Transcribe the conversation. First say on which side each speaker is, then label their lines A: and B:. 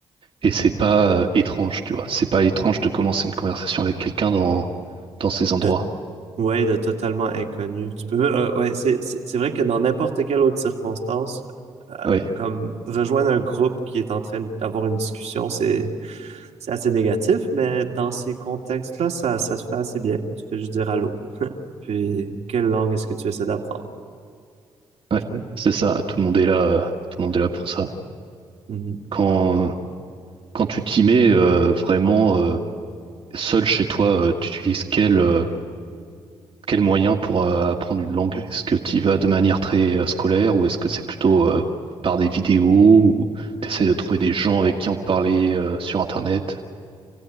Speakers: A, on the right; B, on the right.
A: Et c'est pas euh, étrange, tu vois. C'est pas étrange de commencer une conversation avec quelqu'un dans, dans ces endroits.
B: De Ouais, de totalement inconnu. Tu peux, euh, ouais, c'est, c'est c'est vrai que dans n'importe quelle autre circonstance, euh,
A: Oui,
B: comme rejoindre un groupe qui est en train d'avoir une discussion, c'est, c'est assez négatif, mais dans ces contextes-là, ça, ça se fait assez bien. Tu fais juste dire allô. <laughs> Puis, quelle langue est-ce que tu essaies d'apprendre?
A: ouais,
B: Mhm.
A: c'est ça. Tout le monde est là, euh, tout le monde est là pour ça.
B: Mhm.
A: Quand, euh, quand tu t'y mets euh, vraiment euh, seul chez toi, euh, tu utilises quel, euh, quel moyen pour euh, apprendre une langue? Est-ce que tu y vas de manière très euh, scolaire ou est-ce que c'est plutôt euh, par des vidéos ou t'essaies de trouver des gens avec qui en parler euh, sur Internet?